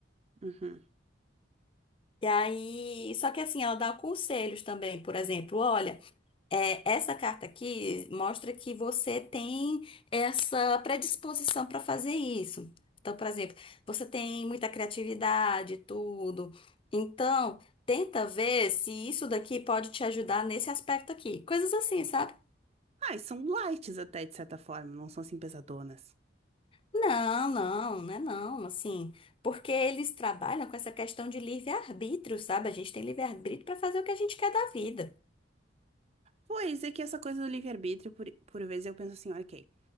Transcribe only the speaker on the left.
E aí, só que assim, ela dá conselhos também, por exemplo, olha. É, essa carta aqui mostra que você tem essa predisposição para fazer isso. Então, por exemplo, você tem muita criatividade, e tudo. Então, tenta ver se isso daqui pode te ajudar nesse aspecto aqui. Coisas assim, sabe?
Não, não, não é não, assim, porque eles trabalham com essa questão de livre-arbítrio, sabe? A gente tem livre-arbítrio para fazer o que a gente quer da vida.